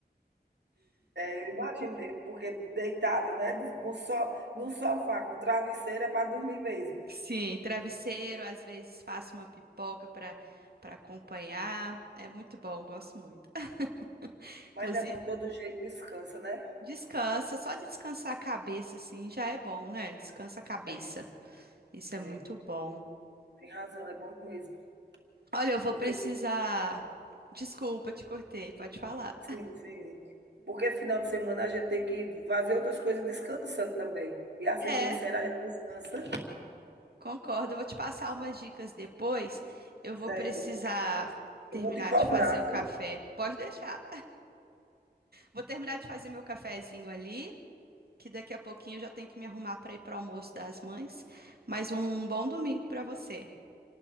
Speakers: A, on the right; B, on the right.
A: é, eu imaginei, porque deitada, né? Com so, no sofá, com travesseira é para dormir mesmo.
B: Sim, travesseiro, às vezes faço uma pipoca para para acompanhar. É muito bom, gosto muito. <laughs> Inclusive,
A: Mas é bom, de todo jeito descansa, né?
B: Descansa, só de descansar a cabeça, assim, já é bom, né? Descansa a cabeça.
A: É,
B: Isso é
A: é,
B: muito bom.
A: tem razão, é bom mesmo.
B: Olha, eu vou
A: Porque,
B: precisar. Desculpa, te cortei, pode falar.
A: sim, sim. Porque final de semana a gente tem que fazer outras coisas descansando também. E assistindo
B: É,
A: série a gente descansa.
B: concordo. Eu vou te passar umas dicas depois. Eu vou
A: Certo,
B: precisar
A: eu vou,
B: terminar
A: eu vou te cobrar,
B: de fazer
A: viu?
B: o café. Pode deixar. Vou terminar de fazer meu cafezinho ali, que daqui a pouquinho eu já tenho que me arrumar para ir para o almoço das mães. Mas um bom domingo para você.